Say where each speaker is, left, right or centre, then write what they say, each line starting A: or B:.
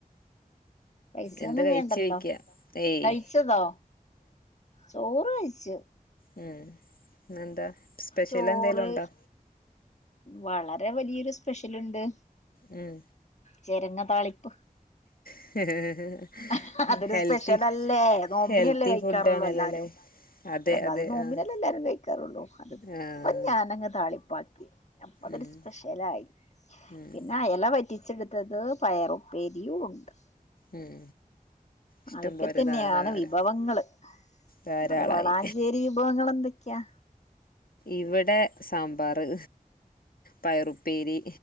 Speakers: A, on the left; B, on the left.
A: പൈസ്യൊന്നും
B: എന്താ കഴിച്ച്
A: വേണ്ടല്ലോ,
B: ചോയിക്ക ഏയ്
A: കഴിച്ചതോ? ചോറ് കഴിച്ചു.
B: മ് ഇന്നെന്താ സ്പെഷ്യലെന്തേലും
A: ചോറ്
B: ണ്ടോ?
A: വളരെ വലിയൊരു സ്പെഷ്യല്ണ്ട്.
B: ഉം
A: ചെരങ്ങ താളിപ്പ്
B: <inaudible>
A: <inaudible> അതൊരു
B: ഹെൽത്തി
A: സ്പെഷ്യലല്ലേ, നോമ്പിനല്ലേ
B: ഹെൽത്തി
A: കഴിക്കാറുള്ളൂ.
B: ഫുഡ് ആണല്ലോല്ലേ
A: എല്ലാരും.
B: അതെ
A: അല്ല
B: അതെ
A: അത് നോമ്പിനല്ലേ
B: ആഹ്
A: എല്ലാരും കഴിക്കാറുള്ളൂ അതിപ്പം
B: ആഹ്
A: ഞാനങ്ങ താളിപ്പാക്കി അപ്പ അതൊരു
B: ഉം
A: സ്പെഷ്യലായി
B: ഉം
A: പിന്നെ അയല വറ്റി ച്ചെടുത്തത് പയറുപ്പേരിയും ഉണ്ട്.
B: ഉം ഇഷ്ടംപോലെ
A: അതൊക്കെ തന്നെയാണ്
B: ധാ ധാര
A: വിഭവങ്ങള്.
B: ധാരാളായി
A: അടെ വളാഞ്ചേരി വിഭവങ്ങൾ ന്തൊക്കെയാ?
B: ഇവടെ സാമ്പാറ് പയറുപ്പേരി